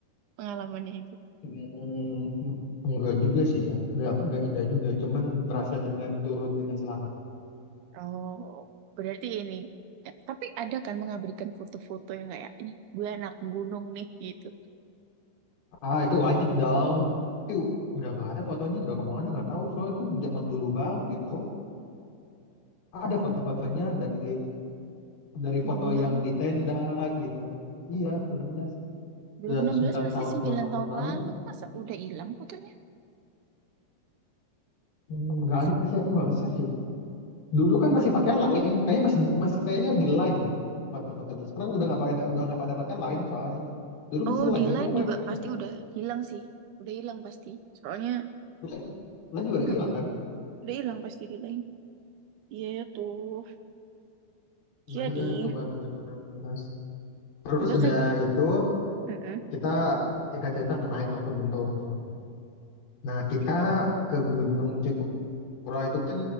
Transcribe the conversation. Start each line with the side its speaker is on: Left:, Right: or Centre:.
Right: pengalamannya itu?
Left: Hmm, enggak juga sih ya enggak enggak indah juga cuman berhasil dengan turun dengan selamat
Right: Oh, berarti ini. eh, tapi ada kan mengabadikan foto-foto yang kayak ini gue anak gunung nih gitu.
Left: ah itu wajib dong itu udah nggak ada fotonya udah kemana nggak tahu soalnya itu zaman dulu banget itu ada foto-fotonya dari dari
Right: 2006,
Left: foto yang
Right: 2016.
Left: di tenda gitu. Iya, enam belas
Right: dua
Left: Udah
Right: ribu enam
Left: 9
Right: belas masih
Left: tahun,
Right: 9
Left: 10 tahun
Right: tahun
Left: yang lalu.
Right: lalu, masa udah hilang fotonya?
Left: Hmm, Nggak
Right: maksud
Left: ada sih, aku nggak nge-save ya. Dulu kan masih pakai Line, kayaknya masih masih kayaknya di Line deh foto-fotonya. Sekarang udah nggak pakai udah nggak pada pakai Line soalnya. Dulu masih
Right: Oh,
Left: Line
Right: di
Left: kan
Right: line
Left: kamu main
Right: juga
Left: Line
Right: pasti
Left: nggak?
Right: udah hilang sih. Udah hilang pasti. Soalnya
Left: Line, Line juga udah
Right: mm-mm,
Left: hilang kan?
Right: udah hilang pasti di line. Iya tuh. Jadi,
Left: Nah iya itu baru tahun dua ribu enam belas Terus
Right: udah
Left: udah
Right: kayak
Left: itu
Right: mm-mm,
Left: kita singkat cerita naik lah ke gunung tuh. Nah kita
Right: mm-mm,
Left: ke Gunung Cikura itu kan